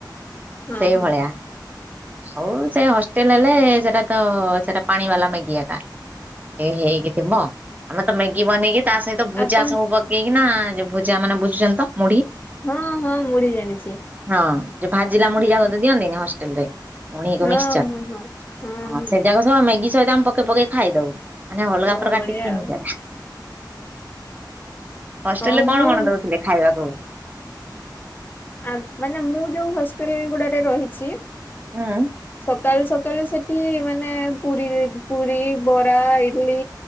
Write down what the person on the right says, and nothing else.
ସେ
ଭଳିଆ। ହଉ ସେ ହଷ୍ଟେଲ୍ ହେଲେ ସେଟା ତ ସେଟା ପାଣି ବାଲା ମେଗି ଏକା। ଏ ହେଇକି ଥିବ ଆମେ ତ ମେଗି ବନେଇକି ତା ସହିତ ଭୁଜା
ସବୁ ପକେଇକିନା ଯୋ ଭୁଜା ମାନେ ବୁଝୁଛନ୍ତି ତ ମୁଢ଼ି
ହଁ ଯୋ ଭାଜିଲା ମୁଢି଼
ଯା କଉଛ ଦିଅନ୍ତିନି ହଷ୍ଟେଲ୍ ରେ। ମୁଢ଼ି଼ କୁ
ମିକ୍ସଚର୍
ଅ
ସେଇ ଯାକ ସହ ମେଗି ସହିତ ଆମେ ପକେଇ ପକେଇ ଖାଇଦଉ। ମାନେ ଅଲ୍ଗା
ପ୍ରକାର
ଟିଫିନ୍
ସେଟା ହଷ୍ଟେଲ୍
ରେ କଣ
କଣ ଦଅ ଖାଇଆକୁ।
ଉଁ।